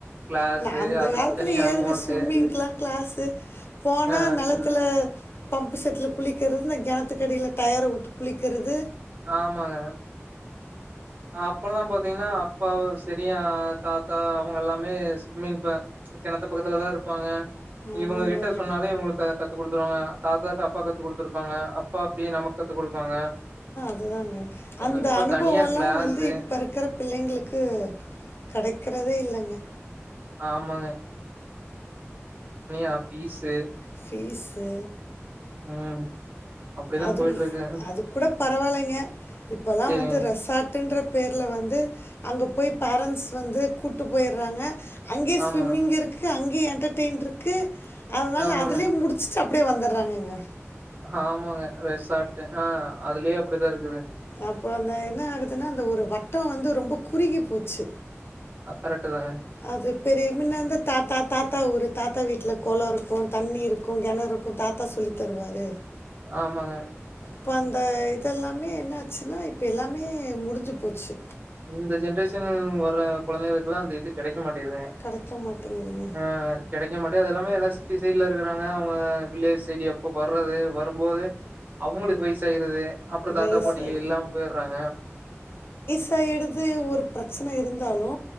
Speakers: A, on the right (about 40°); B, on the left (about 55°).
A: கிளாஸு
B: நா அந்த
A: அதுக்கு
B: காலத்துல
A: தனியா
B: ஏதுங்க
A: அமௌண்ட்டு
B: சும்மிங்க்லா கிளாஸ்ஸு போனா
A: ஆ
B: நெலத்துல பம்பு செட்ல குளிக்கறது கெணத்துக்கடில டயர உட்டு குளிக்கறது
A: ஆமாங்க இப்பல்லா பாத்தீங்ன்னா அப்பா செரியா அ தாத்தா அவுங்கெல்லாமே சும்மிங் ப கெணத்து பக்கத்துல தா இருப்பாங்க
B: ஆமாங்க
A: இவுங்கக் கிட்ட சொன்னாலே இவுங்ளுக்கு கத்து குடு <unintelligible> தாதாக்கு அப்பா கத்து குடுத்துருப்பாங்க அப்பாக்கு நம்மக் த்து குடுப்பாங்க
B: அது தாங்க அந்த
A: இப்ப
B: அனுபவோல்லா
A: தனியா கிளாஸு
B: வந்து இப்பருக்கற பிள்ளைங்ளுக்கு கடைக்குறதே இல்லங்க
A: ஆமாங்க ஆ ஃபீஸு
B: ஃபீஸு
A: ம் அப்டிதா
B: அதுக்கு
A: போயிட்ருக்கு
B: அதுக் கூட பரவால் இல்லல்ல இப்பல்லா
A: சேரிங்க
B: வந்து ரெஸ்சாட்டுன்றத் பேர்ல வந்து அங்க போய் பேரன்ட்ஸ் வந்து கூட்டு போய்றாங்க அங்கே
A: ஆமாங்க
B: ஸ்விம்மிங்கிருக்கு அங்கே என்டர்டைன்ட்றுக்கு அனால
A: ஆமாங்க
B: அதுலே முடுச் ச்சு அப்டே வந்தர்றாங்கங்க
A: ஆமாங்க ரெஸ்சார்ட்டு ஆ அதுலே அப்டிதாருக்
B: அப்போ அந்த என்ன ஆகுதுன்னா அந்த ஒரு வட்டோ வந்து ரொம்போ குறிகி போச்சு
A: கரெட்டு தாங்க
B: அது பெரியமின்ன அந்த தாத்தா தாத்தா ஊரு தாத்தா வீட்ல கொளோருக்கோ தண்ணிருக்கோ கெணருக்கோ தாத்தா சொல்லி தருவாரு
A: ஆமாங்க
B: ப்பந்த இதெல்லாமே என்னாச்சுன்னா இப்பெல்லாமே முடிஞ்சு போச்சு
A: இந்த ஜென்ரேஷன் வர கொழந்தைகளுக்கெல்லா அந்த இது கட மாட்டேங்துங்க
B: கிடைக்க மாட்டேங்குதுங்க
A: அ கெடைக்க மாட்டே அதெல்லாமே எல்லா சிட்டி சைல்லருக்கற அது அவ்ங்க வில்லேஜ்சைடு எப்போ வர்றது வரும்போது அவுங்களுக் வய்சாய்ருது அப்றோ
B: வயசாயி
A: தாத்தா பாட்டி எல்லா போயிர்றாங்க
B: சாயிடுது ஒரு ப்ரச்சன இருந்தாலு